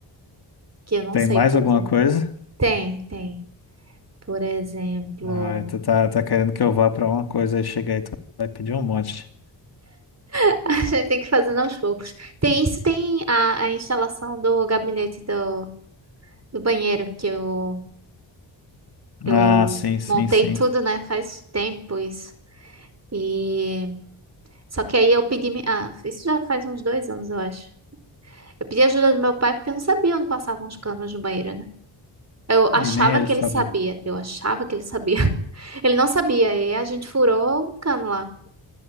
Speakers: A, on the right; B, on the left.
A: que eu não
B: Tem
A: sei
B: mais
A: fazer.
B: alguma coisa?
A: Tem, tem. Por exemplo,
B: Ai, tu tá, tá querendo que eu vá pra uma coisa e chegar e tu vai pedir um monte.
A: <laughs> a gente tem que fazer aos poucos. Tem isso, tem a, a instalação do gabinete do, do banheiro, que eu Eu
B: Ah, sim, sim,
A: montei
B: sim.
A: tudo, né? Faz tempo isso. E só que aí eu pedi, mi- ah, isso já faz uns dois anos, eu acho. Eu pedi ajuda do meu pai porque eu não sabia onde passavam os canos no banheiro, né? Eu achava
B: E nem ele
A: que
B: sabia.
A: ele sabia, eu achava que ele sabia. <laughs> Ele não sabia, e a gente furou um cano lá.